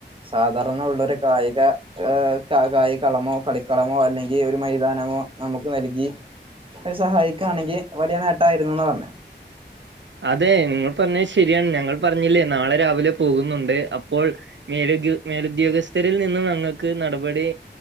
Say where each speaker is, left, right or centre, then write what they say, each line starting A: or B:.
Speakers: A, on the right; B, on the right.
A: സാധാരണ ഉള്ളൊരു കായിക ക കായികളമോ കളിക്കളമോ അല്ലെങ്കിൽ ഒരു മൈതാനമോ നമുക്ക് നൽകി ഒരു സഹായിക്കു ആണെങ്കിൽ വലിയ നേട്ടമായിരുന്നുന്ന് പറഞ്ഞേ
B: അതെ നിങ്ങൾ പറഞ്ഞെ ശരിയാണ് ഞങ്ങൾ പറഞ്ഞില്ലേ നാളെ രാവിലെ പോകുന്നുണ്ട് അപ്പോൾ മേല് ഉദ്യോ മേലുദ്യോഗസ്ഥരിൽ നിന്നും ഞങ്ങൾക്ക് നടപടി